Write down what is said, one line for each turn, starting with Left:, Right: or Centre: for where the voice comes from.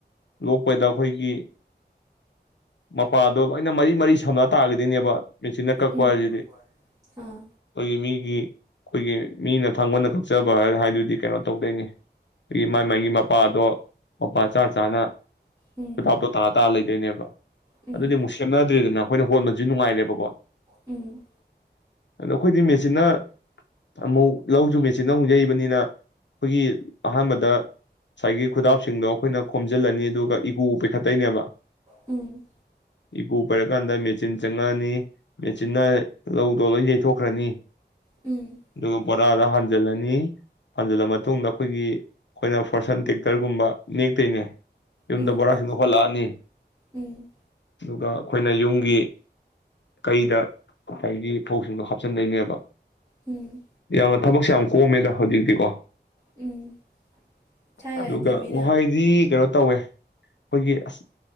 Left: ꯂꯣꯛ ꯑꯩꯈꯣꯏꯗ ꯑꯩꯈꯣꯏꯒꯤ ꯃꯄꯥꯗꯣ ꯂꯣꯏꯅ ꯃꯔꯤ ꯃꯔꯤ ꯁꯝꯅ ꯇꯥꯔꯒꯗꯤꯅꯦꯕ ꯃꯦꯆꯤꯟꯅ ꯀꯛꯄ
Right: ꯎꯝ
Left: ꯍꯥꯏꯁꯤꯗꯤ ꯑꯩꯈꯣꯏꯒꯤ
Right: ꯑꯥ
Left: ꯃꯤꯒꯤ ꯑꯩꯈꯣꯏꯒꯤ ꯃꯤꯅ ꯊꯥꯡꯒꯜꯅ ꯀꯛꯆꯕ ꯍꯥꯏꯗꯨꯗꯤ ꯀꯩꯅꯣ ꯇꯧꯗꯣꯏꯅꯤ ꯑꯗꯒꯤ ꯃꯒꯤ ꯃꯥꯒꯤ ꯃꯄꯥꯗꯣ ꯃꯄꯥ ꯆꯥ ꯆꯥꯅ
Right: ꯎꯝ
Left: ꯈꯨꯗꯞꯇꯣ ꯇꯥꯔ ꯇꯥꯔ ꯂꯩꯗꯣꯏꯅꯦꯕ
Right: ꯎꯝ
Left: ꯑꯗꯨꯗꯤ ꯑꯃꯨꯛ ꯁꯦꯝꯅꯗ꯭ꯔꯦꯗꯅ ꯑꯩꯈꯣꯏꯅ ꯍꯣꯟꯕꯁꯨ ꯅꯨꯡꯉꯥꯏꯔꯦꯕꯀꯣ
Right: ꯎꯝ
Left: ꯑꯗꯨ ꯑꯩꯈꯣꯏꯗꯤ ꯆꯅ ꯑꯃꯨꯛ ꯂꯧꯁꯨ ꯃꯦꯆꯤꯟꯅ ꯑꯃꯨꯛ ꯌꯩꯕꯅꯤꯅ ꯑꯩꯈꯣꯏꯒꯤ ꯑꯍꯥꯟꯕꯗ ꯉꯁꯥꯏꯒꯤ ꯈꯨꯗꯥꯞꯁꯤꯡꯗꯣ ꯑꯩꯈꯣꯏꯅ ꯈꯣꯝꯖꯤꯜꯂꯅꯤ ꯑꯗꯨꯒ ꯏꯒꯨ ꯄꯥꯏꯈꯠꯇꯣꯏꯅꯦꯕ
Right: ꯎꯝ
Left: ꯏꯒꯨ ꯄꯥꯏꯔꯀꯥꯟꯗ ꯃꯦꯆꯤꯟ ꯆꯪꯉꯛꯑꯅꯤ ꯃꯦꯆꯤꯟꯅ ꯂꯧꯗꯣ ꯂꯣꯏ ꯌꯩꯊꯣꯛꯈ꯭ꯔꯅꯤ
Right: ꯎꯝ
Left: ꯑꯗꯨ ꯄꯨꯣꯔ ꯍꯥꯟ ꯐꯟꯖꯤꯜꯂꯅꯤ ꯍꯟꯖꯤꯜꯂ ꯃꯇꯨꯡꯗ ꯑꯩꯈꯣꯏꯒꯤ ꯑꯩꯈꯣꯏꯅ ꯐꯣꯔꯁꯟ ꯇꯦꯛꯇꯔꯒꯨꯝꯕ ꯅꯦꯛꯇꯣꯏꯅꯦ ꯌꯨꯝꯗ
Right: ꯎꯝ
Left: ꯕꯣꯔꯥꯁꯤꯡꯗꯣꯛ ꯍꯂꯛꯑꯅꯤ
Right: ꯎꯝ
Left: ꯑꯗꯨꯒ ꯑꯩꯈꯣꯏꯅ ꯌꯨꯝꯒꯤ ꯀꯩꯗ ꯉꯁꯥꯏꯒꯤ ꯐꯧꯁꯤꯡꯗꯣ ꯍꯥꯞꯆꯤꯟꯗꯩꯅꯦꯕ
Right: ꯎꯝ
Left: ꯌꯥ ꯊꯕꯛ ꯁ ꯌꯥꯝ ꯍꯣ ꯃꯗ ꯍꯧꯖꯤꯛꯇꯤꯀꯣ
Right: ꯎꯝ ꯊꯥꯏꯅꯗꯤ
Left: ꯑꯗꯨꯒ
Right: ꯃꯤꯅ
Left: ꯋꯥꯣꯏꯗꯤ ꯀꯩꯅꯣ ꯇꯧꯋꯦ ꯑꯩꯈꯣꯏꯒꯤ ꯑꯁ